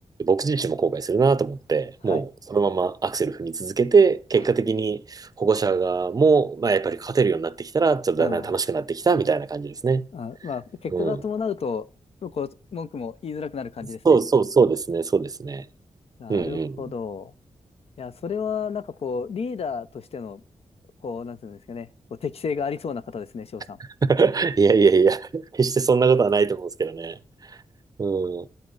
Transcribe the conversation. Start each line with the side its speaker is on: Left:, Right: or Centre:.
Right: 僕自身も後悔するなと思って、
Left: はい。
Right: もうそのままアクセル踏み続けて、結果的に保護者がもう、
Left: はい。
Right: まあ、やっぱり勝てるようになってきたら、ちょっとだんだん楽しくなってきたみたいな感じですね。
Left: うん。あ、まあ、結果が伴うと、
Right: うん。
Left: こう、文句も言いづらくなる感じですね。
Right: そうそうそうですね、そうですね。
Left: なるほど。
Right: うんうん。
Left: いや、それはなんかこう、リーダーとしての、こう、なんていうんですかね、こう適性がありそうな方ですね、翔さん。
Right: <laughs> いやいやいや、決してそんなことはないと思うんですけどね。うん。